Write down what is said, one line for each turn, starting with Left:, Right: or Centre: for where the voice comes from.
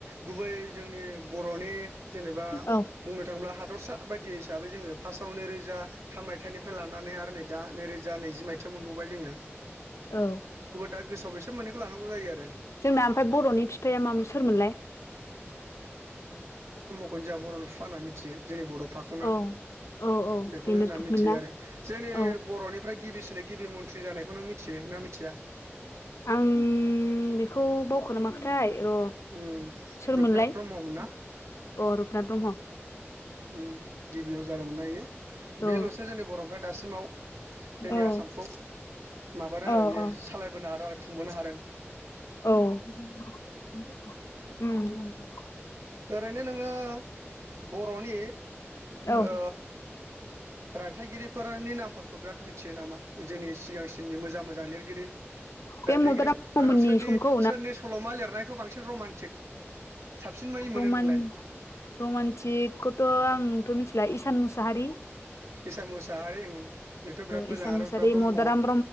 Right: गुबै जोंनि बर'नि जेनेबा
Left: औ
Right: बुंनो थाङोब्ला हादरसा बायदि हिसाबै जोङो फार्स्टआव नै रोजा थाम मायथाइनिफ्राय लानानै आरो नै दा नैरोजा नैजि मायथाइयाव मोनबावबाय जोङो ।
Left: औ ।
Right: दा गोसोआव बेसोर मोननैखौ लानांगौ जायो आरो ।
Left: जोंना ओमफाय बर'नि बिफाया मामोन सोरमोनलाय?
Right: खुनदिया बर'नि बिफा होनना मिथियो जोंनि बड'फाखौनो
Left: औ औ
Right: बे
Left: बेनोमोन
Right: खौनो होनना मिथियो
Left: ना
Right: आरो जोंनि
Left: औ
Right: बर'निफ्राय गिबिसिनो गिबि मन्थ्रि जानायखौ नों मिथियोा मिथिया?
Left: आं बेखौ बावखो ना मा र'
Right: उम
Left: सोरमोनलाय
Right: रुपनाथ ब्रह्ममोन
Left: अ
Right: ना
Left: रुपनाथ ब्रह्म ।
Right: उम गिबियाव जादोमोनना इयो । बेल'सो
Left: औ
Right: जोंनि बर'निफ्रा दासिमाव जोंनि
Left: औ
Right: आसामखौ माबादों आरो
Left: औ
Right: बियो
Left: औ
Right: लायबोनो हादों आरो खुंबोनो हादों ।
Left: औ उम ।
Right: ओरैनो नोङो बर'नि
Left: औ
Right: ओ रायथाइगिरिफोरोनि नामफोरखौ बिराद मिथियो नामा जोंनि सिगांसिमनि मोजां मोजां लिरगिरि?
Left: बे
Right: रायथाइगिरि
Left: मदाराम ब्रह्ममोननि
Right: मादाव सोरनि
Left: समखौ
Right: सोरनि सल'मा लिरनायखौ बांसिन रमान्टिक साबसिनै मोनो
Left: रमान-रमान्टिक
Right: नोंलाय
Left: थ' आंथ' मिथिला इसान मुसाहारि ।
Right: इसान मुसाहारि ओं बेथ' बिराद मोजां
Left: इसान
Right: आरो
Left: मुसारि
Right: रुपथ ब्रह्म,
Left: मदाराम